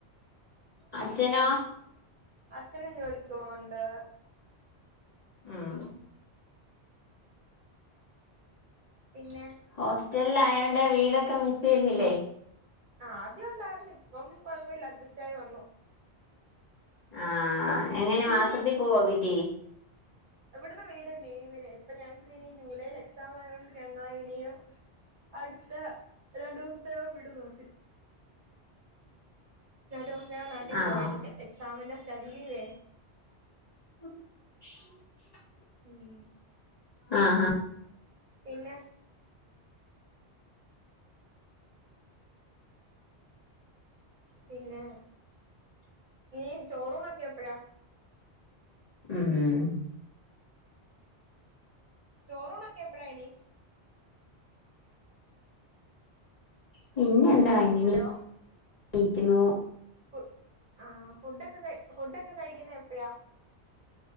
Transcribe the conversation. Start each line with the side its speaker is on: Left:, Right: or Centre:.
Left: അച്ഛനോ
Right: അച്ഛന് ജോലിക്ക് പോവുന്നുണ്ട്
Left: ആഹ്
Right: പിന്നെ
Left: ഹോസ്റ്റൽല് ആയൊണ്ട് വീടൊക്കെ മിസ്സെയ്യുന്നില്ലേ
Right: ആ ആദ്യം ഉണ്ടായിർന്നു ഇപ്പം കൊഴപ്പ ഇല്ല അഡ്ജസ്റ്റ് ആയി വന്നു
Left: ആ എങ്ങനെ മാസത്തി പോവോ വീട്ടി
Right: ഇവട്ന്ന് വീട് ലീവിന് ഇപ്പ ഞങ്ങക്ക് ഇനി ജൂലൈല് എക്സാമ് ആയൊണ്ട് ഞങ്ങള ഇനിയും അട്ത്ത രണ്ടു ദിവസത്തിനകം വിട് <unintelligible> രണ്ടു ദിവസ്ത്തിനകം നാട്ടി
Left: ആണോ
Right: പോവായിരിക്ക എക്സാമിന്റെ സ്റ്റഡി ലീവേ
Left: ഉ
Right: ഉം
Left: ആ ഹാ
Right: പിന്നെ പിന്നെ ഇനി ചോറൂണൊക്കെ എപ്പഴാ
Left: ഉം ഉം
Right: ചോറൂണൊക്കെ എപ്പയാ ഇനി
Left: പിന്നെ എന്താ അങ്ങനെ
Right: ഹലോ
Left: ഇരിക്കുന്നു
Right: ഫു ആ ഫുഡക്കെ ക ഫുഡക്കെ കഴിക്കുന്ന എപ്പഴാ